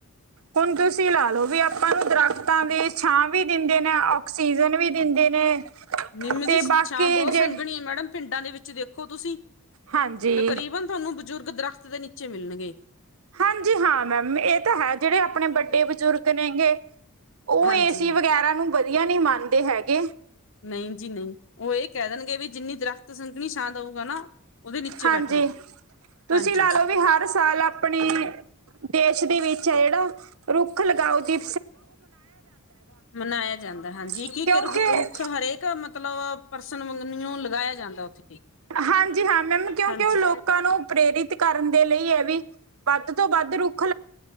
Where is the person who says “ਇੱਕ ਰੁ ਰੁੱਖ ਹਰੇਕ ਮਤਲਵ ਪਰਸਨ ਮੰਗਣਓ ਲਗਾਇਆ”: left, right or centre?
Left